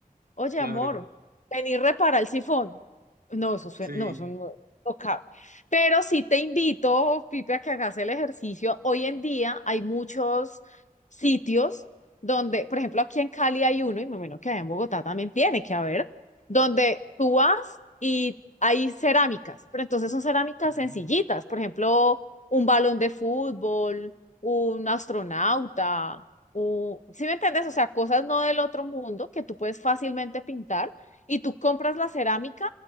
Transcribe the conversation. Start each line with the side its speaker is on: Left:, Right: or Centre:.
Left: Oye,
Right: claro,
Left: amor, vení, repara el sifón. No, eso suena,
Right: sí.
Left: no, eso no, no cabe. Pero sí te invito, Pipe, a que hagas el ejercicio. Hoy en día hay muchos sitios donde, por ejemplo, aquí en Cali hay uno, y me imagino que allá en Bogotá también tiene que haber, donde tú vas y hay cerámicas, pero entonces son cerámicas
Right: ujú,
Left: sencillitas, por ejemplo, un balón de fútbol, un astronauta, o, ¿sí me entiendes? O sea, cosas no del otro mundo que tú puedes fácilmente pintar y tú compras la cerámica